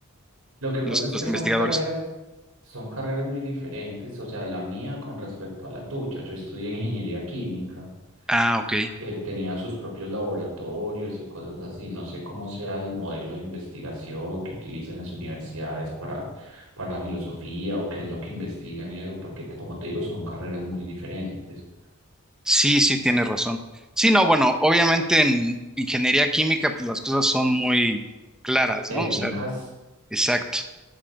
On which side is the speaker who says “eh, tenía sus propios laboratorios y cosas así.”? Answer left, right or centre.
Right